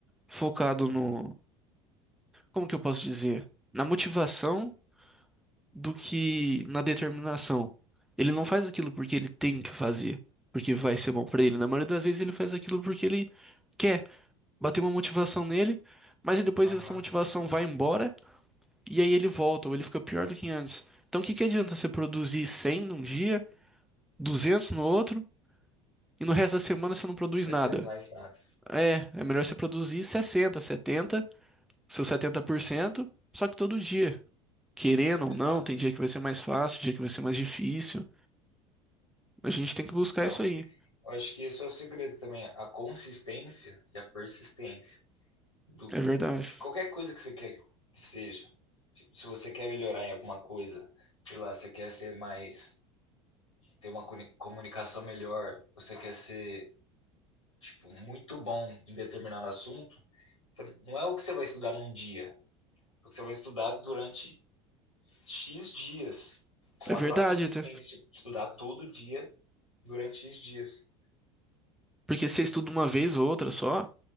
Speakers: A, in the centre; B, on the left (about 85°).
A: focado no, como que eu posso dizer, na motivação do que na determinação. Ele não faz aquilo porque ele tem que fazer, porque vai ser bom pra ele. Na maioria das vezes ele faz aquilo porque ele quer, bater uma motivação nele, mas aí depois
B: Aham.
A: essa motivação vai embora e aí ele volta ou ele fica pior do que antes. Então o que que adianta você produzir 100 num dia, 200 no outro e no resto da semana você não produz
B: Depois
A: nada?
B: mais nada.
A: É, é melhor você produzir 60, setenta seus 70%, só que todo dia. Querendo
B: Exato.
A: ou não, tem dia que vai ser mais fácil, dia que vai ser mais difícil. A gente tem que buscar
B: Então,
A: isso aí.
B: eu acho que esse é o segredo também, a consistência e a persistência do,
A: É verdade.
B: de qualquer coisa que você quer que seja. Tipo, se você quer melhorar em alguma coisa, sei lá, você quer ser mais, ter uma comuni- comunicação melhor, você quer ser tipo, muito bom em determinado assunto, você- não é o que você vai estudar num dia, é o que você vai estudar durante X dias, com
A: É verdade,
B: aquela consistência,
A: tá?
B: tipo, estudar todo dia durante X dias.
A: porque você estuda uma vez ou outra só,